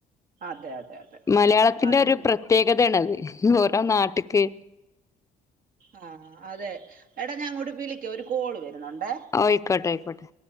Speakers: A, on the right; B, on the left.
A: അതെ അതെ അതെ
B: മലയാളത്തിന്റെ
A: അതും
B: ഒര് പ്രത്യേകതയാണ് അത്. ഓരോ നാട്ട്ക്ക്.
A: ആ അതെ എടാ ഞാൻ അങ്ങോട്ട് വിളിക്കാം ഒര് കോള് വരുന്നുണ്ടേ.
B: ഓ അയ്ക്കോട്ടെ അയ്ക്കോട്ടെ.